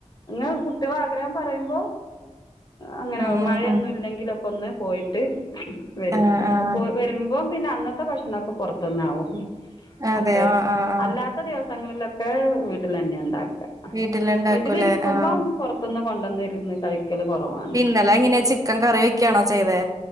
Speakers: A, on the left; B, on the right.
A: അ കുട്ടികൾ ആഗ്രഹം പറയുമ്പോ അങ്ങനെയ
B: ഉം
A: മഴയൊന്നും
B: ഉം
A: ഇല്ലെങ്കിലൊക്ക ഒന്ന് പോയിട്ട് വരും
B: ആഹ് ആഹ്
A: വരുമ്പോപിന്നെ അന്നത്തെ ഭക്ഷണംഒക്കെ പുറത്തന്ന് ആകും
B: അതെ
A: അത്ര
B: ആഹ് ആഹ് ആഹ്
A: അല്ലാത്ത ദിവസങ്ങളിലൊക്കെ വീട്ടിൽ തന്നെ ഉണ്ടാക്ക
B: വീട്ടിലുണ്ടാക്കൂലേ
A: വീട്ടിലിരിക്കുമ്പം
B: ആഹ്
A: പുറത്തൊന്ന് കൊണ്ടുവന്നിരുന്ന് കഴിക്കല് കുറവാണ്
B: ഇന്നലെ ഇങ്ങനെ ചിക്കൻ കറിവെ ക്കെയാണോ ചെയ്തെ